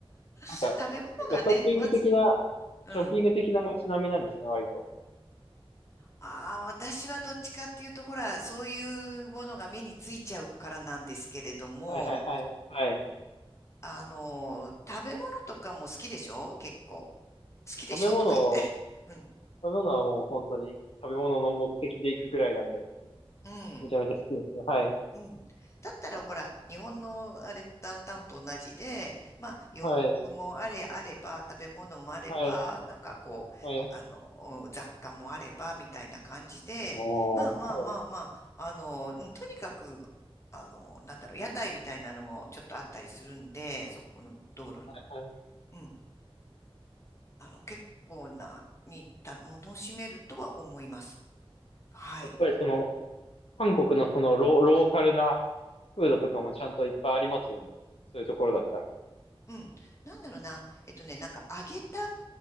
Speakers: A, on the left; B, on the left.
A: なんか、
B: 食べ物がね、
A: 結構ショッピング的な
B: まず、うん。
A: ショッピング的な街並みなんですね、割と。
B: ああ、私はどっちかっていうと、ほら、そういうものが目についちゃうからなんですけれども、
A: はいはいはい。はい。
B: あの、食べ物とかも好きでしょ結構。好きでしょとか言って。
A: 食べ物を、
B: <laughs> うん。
A: 食べ物はもう本当に食べ物の目的で行くぐらいなんで、うん
B: うん。
A: めちゃめちゃ好きですね。はい。
B: うん。だったらほら、日本のあれ、ダウンタウンと同じで、まあ、洋服もあれあれば、
A: はい。
B: 食べ物もあれば、
A: はい。
B: なんかこう、
A: はい。
B: あの、うん雑貨もあれば、みたいな感じで、
A: おー、
B: まあまあまあまあ、
A: はい。
B: あの、うんとにかく、あの、なんだろう、屋台みたいなのもちょっとあったりするんで、そこの道路に、
A: はい。
B: うん、あの、結構な、に、た楽しめるとは思います。はい。
A: やっぱりその、韓国のそのロ、ローカルなフードとかもちゃんといっぱいありますよね。そういうところだったら。
B: うん。なんだろうな。えっとね、なんか揚げた、